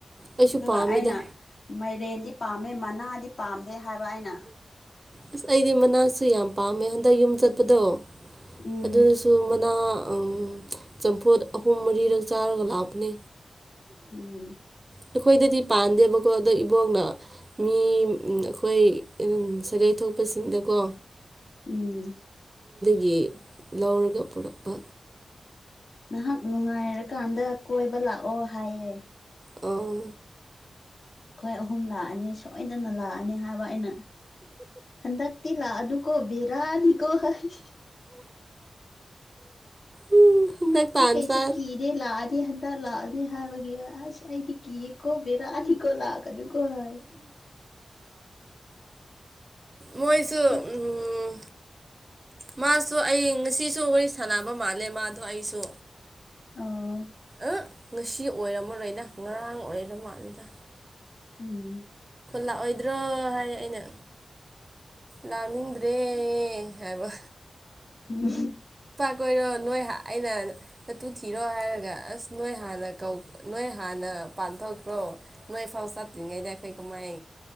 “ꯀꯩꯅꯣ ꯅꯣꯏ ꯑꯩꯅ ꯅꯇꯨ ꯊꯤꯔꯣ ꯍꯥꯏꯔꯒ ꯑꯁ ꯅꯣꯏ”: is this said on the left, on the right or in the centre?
Right